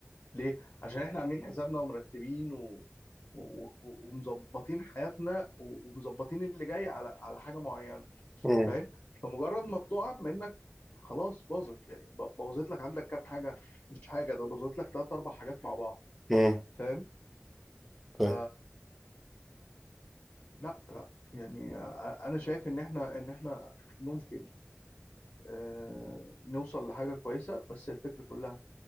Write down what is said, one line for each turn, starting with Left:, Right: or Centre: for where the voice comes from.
Left: ليه؟ عشان احنا عاملين حسابنا ومرتبين و... و... و- ومظبطين حياتنا و- ومظبطين اللي جاي على على حاجة معينة
Centre: مم.
Left: فاهم؟ فمجرد ما بتقع منك خلاص باظت يعني ب- بوظت لك عندك كام حاجة مش حاجة ده بوظت لك ثلاث اربع حاجات مع بعض
Centre: مم.
Left: فاهم؟
Centre: طيب.
Left: ف لا لا يعني أ- انا شايف ان احنا ان احنا ممكن آه، نوصل لحاجة كويسة بس الفكرة كلها